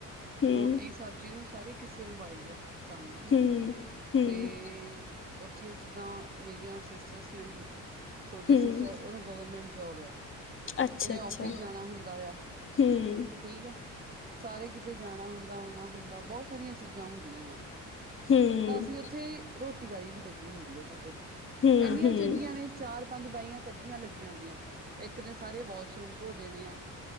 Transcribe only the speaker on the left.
ਹੂੰ
ਹੂੰ, ਹੂੰ,
ਹੂੰ।
ਅੱਛਾ
ਅੱਛਾ,
ਹਮ।
ਹੂੰ,
ਹੂੰ,
ਹੂੰ।